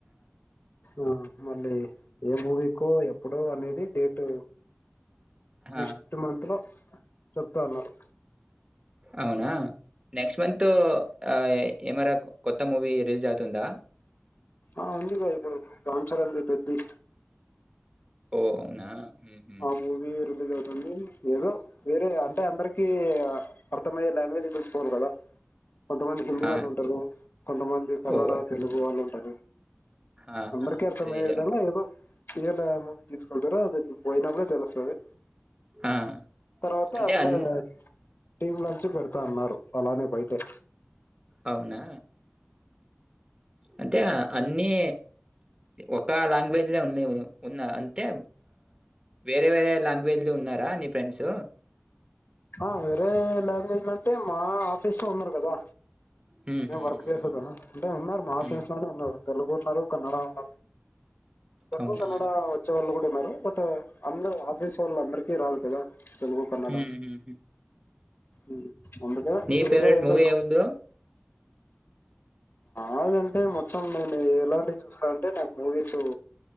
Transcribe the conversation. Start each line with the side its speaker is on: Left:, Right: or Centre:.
Left: ఆ మళ్ళీ ఏ మూవీ కో ఇప్పుడు అనేది డేట్ నెక్స్ట్
Right: ఆ
Left: మంత్ లో చెప్తా ఉన్నారు
Right: అవునా నెక్స్ట్ మంత్ ఆ ఎమరా కొత్త మూవీ రిలీజ్ అవుతుందా
Left: ఆ ఉందిగా ఇప్పుడు రామ్ చరణ్ ది పెద్ది
Right: ఓ అవునా హ్మ్ హ్మ్
Left: ఆ మూవీ రిలీజ్ అవుతుంది ఏదో వేరే అంటే అందరికి అర్థమయ్యే లాంగ్వేజ్ తెలుసుకోవాలి కదా కొంతమంది హిందీ
Right: ఆ
Left: వాళ్ళు ఉంటారు కొంతమంది కన్నడ
Right: ఓ
Left: తెలుగు వాళ్ళు ఉంటారు
Right: ఆ
Left: అందరికి
Right: ఆ
Left: అర్థమయ్యే
Right: అది నిజం
Left: విధంగా
Right: బ్రో
Left: ఏదో ఇయల మూవి తీసుకుంటారో అది పోయినప్పుడే తెలుస్తుంది
Right: ఆ
Left: తర్వాత
Right: అంటే
Left: అట్లా
Right: అన్
Left: టీవిలో నుంచే పెడతా అన్నారు అలానే బయటే
Right: అవునా అంటే అన్ని ఒక లాంగ్వేజ్ ఉన్నాయి ఉన్నా అంటే వేరే వేరే లాంగ్వేజ్ లో ఉన్నారా నీ ఫ్రెండ్స్
Left: ఆ వేరే లాంగ్వేజ్ అంటే మా ఆఫీస్ లో ఉన్నారు కదా
Right: హ్మ్.
Left: మేము
Right: హ్మ్.
Left: వర్క్
Right: హ్మ్.
Left: చేసేదాన అంటే ఉన్నారు మా
Right: హ్మ్.
Left: ఆఫీస్
Right: హ్మ్.
Left: లోనే ఉన్నారు తెలుగు ఉన్నారు కన్నడ ఉన్నారు తెలుగు
Right: అవునా?
Left: కన్నడ వచ్చే వాళ్ళు కూడా ఉన్నారు బట్ అందరు ఆఫీస్ వాళ్ళు అందరికి చీరాల దగ్గర తెలుగు కన్నడ
Right: హ్మ్. హ్మ్.
Left: ఉమ్, అందుకే
Right: నీ ఫేవరేట్
Left: వేరే ఏదైనా
Right: మువీ ఎవద్దో
Left: బాగంటే మొత్తం నేను ఎలాంటి చూస్తా అంటే నాకు మూవీస్